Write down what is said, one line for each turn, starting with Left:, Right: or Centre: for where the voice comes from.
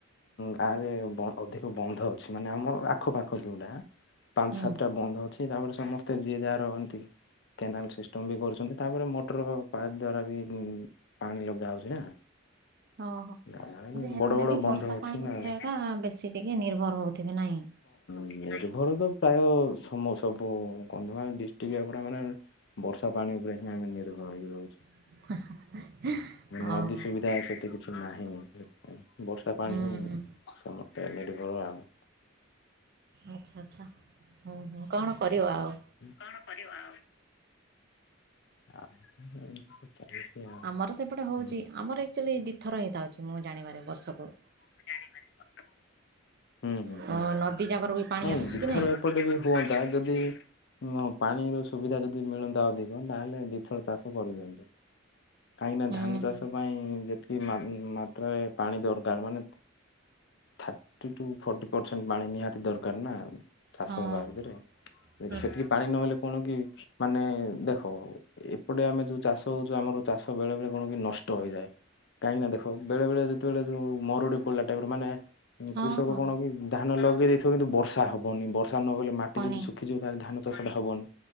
Left: ଗାଁରେ ଅଧିକ ବନ୍ଧ ଅଛି ମାନେ ଆମର ଆଖପାଖ ଯେଉଁଟା। ପାଞ୍ଚ
Right: ହୁଁ
Left: ସାତଟା ବନ୍ଦ ଅଛି ତାପରେ ସମସ୍ତେ ଯିଏ ଯା ରହନ୍ତି। କେନାଲ୍ ସିଷ୍ଟମ୍ ବି କରୁଛନ୍ତି ତାପରେ ମୋଟର ପାଇପ୍ ଦ୍ୱାରା ବି ଉଁ। ପାଣି ଲଗା ହେଉଛି ନା।
Right: ଓହୋ
Left: ନ
Right: ଯେ ହେଲେ
Left: ବଡ ବଡ
Right: ବି
Left: ବନ୍ଧ
Right: ବର୍ଷା
Left: ଅଛି
Right: ପାଣି
Left: ନା।
Right: ଉପରେ
Left: ହଁ
Right: ଏକା ବେଶୀ ଟିକେ ନିର୍ଭର ହେଉଥିବେ ନାହିଁ
Left: ନିର୍ଭର ତ ପ୍ରାୟ ସମ ସବୁ କନ୍ଧମାଳ ଡିଷ୍ଟ୍ରିକ୍ଟ ପୁରା ମାନେ ବର୍ଷା ପାଣି ଉପରେ ହିଁ ଆମେ ନିର୍ଭର ହୋଇକି ରହୁଛୁ।
Right: <unintelligible>
Left: ନଦୀ
Right: ଓହୋ
Left: ସୁବି ଯାଏ ସେଠି କିଛି ନାହିଁ ବର୍ଷା ପାଣି
Right: ହୁଁ
Left: ହିଁ
Right: ହୁଁ
Left: ସମସ୍ତେ ନିର୍ଭର ଆଉ।
Right: ଆଚ୍ଛା ଆଚ୍ଛା ହୁ ହୁଁ କଣ କରିବ ଆଉ?
Left: କଣ କରିବା ଆଉ? ଆଉ <unintelligible>
Right: ଆମର ସେପଟେ ହେଉଛି
Left: ହୁଁ
Right: ଆମର ଏକକ୍ଚୁଆଲି ଦ୍ୱିଥର ହେଇଥାଉଛି ମୁଁ ଜାଣିବାରେ ବର୍ଷକୁ।
Left: <unintelligible> ହୁଁ
Right: ହଁ
Left: ହୁଁ
Right: ନଦୀ ଜାଗର ବି ପାଣି
Left: ନାଇଁ
Right: ଆସୁଛି
Left: ବିଥର
Right: କି
Left: ଏପଟେ ବି ହୁଅନ୍ତା ଯଦି ହ ପାଣିର ସୁବିଧା ଯଦି ମିଳନ୍ତା ଅଧିକ ତାହେଲେ ଦୁଇଥର ଚାଷ କରିଦିଅନ୍ତୁ। କାହିଁକିନା
Right: ହୁଁ
Left: ଧାନ ଚାଷ
Right: ହୁଁ
Left: ପାଇଁ ଯେତିକି ମା ମାତ୍ରାରେ ପାଣି ଦରକାର ମାନେ ଥାର୍ଟି ଟୁ ଫର୍ଟି ପରସେଣ୍ଟ ପାଣି ନିହାତି ଦରକାର ନା ଚାଷ
Right: ହଁ
Left: ହେବା ଭିତରେ। ଯଦି
Right: ଠିକ୍
Left: ସେତିକି ପାଣି ନହେଲେ କଣ କି ମାନେ ଦେଖ ଆ ଏପଟେ ଆମେ ଯୋଉ ଚାଷ ହଉଛୁ ଆମର ଚାଷ ବେଳେ ବେଳେ କଣ କି ନଷ୍ଟ ହେଇଯାଏ? କାହିଁକି ନା ଦେଖ ବେଳେ ବଳେ ଯେତେବେଳେ ଯୋଉ ମରୁଡ଼ି ପଡ଼ିଲା ଟାଇପର ମାନେ
Right: ହଁ
Left: କୃଷକ
Right: ହଁ
Left: କଣ କି ଧାନ ଲଗେଇ ଦେଇଥିବ କିନ୍ତୁ ବର୍ଷା ହବନି ବର୍ଷା ନହଲେ ମାଟି
Right: ପନି
Left: ଯଦି ଶୁଖିଯିବ ତାହାଲେ ଧାନ ଚାଷଟା ହବନି।